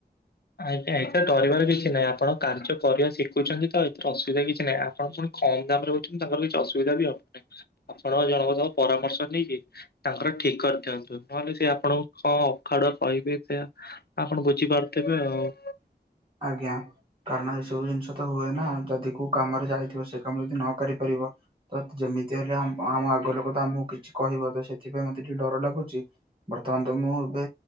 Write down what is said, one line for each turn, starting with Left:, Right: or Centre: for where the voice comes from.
Left: ଆଜ୍ଞା ଏଥରେ ଡରିବାର କିଛି ନାହିଁ ଆପଣ କାର୍ଯ୍ୟ କରିବା ଶିଖୁଛନ୍ତି ତ ଏଥିରେ ଅସୁବିଧା କିଛି ନାହିଁ ଆ ହଁ ପୁଣି କମ୍ ଦାମରେ ରହୁଛନ୍ତି ତାଙ୍କର କିଛି ଅସୁବିଧା ବି ହବନି ଆପଣଙ୍କ ଜଣଙ୍କ ସହ ପରାମର୍ଶ ନେଇକି। ତାଙ୍କର ଠିକ କରିଦିଅନ୍ତୁ ନହେଲେ ସେ ଆପଣଙ୍କୁ କଣ ଅଖାଡୁଆ କହିବେ ସେ ଆପଣ ବୁଝିପାରୁଥିବେ ଆଉ।
Right: ଆଜ୍ଞା। କାରଣ ଏସବୁ ଜିନିଷ ତ ହୁଏ ନା ଯଦି କୋଉ କାମରେ ଯାଇଥିବ ସେ କାମ ଯଦି ନ କରିପାରିବ ତ ଯେମିତି ହେଲେ ଆମ ଆମ ଆଗ ଲୋକ ତ ଆମକୁ କିଛି କହିବ ତ ସେଥିପାଇଁ ମତେ ଟିକେ ଡର ଲାଗୁଛି। ବର୍ତ୍ତମାନ ତ ମୁଁ ଏବେ